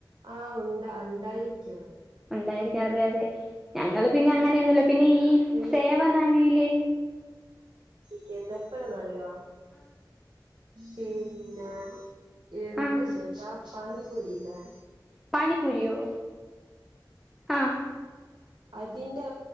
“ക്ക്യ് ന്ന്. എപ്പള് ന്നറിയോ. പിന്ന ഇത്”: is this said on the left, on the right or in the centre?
Right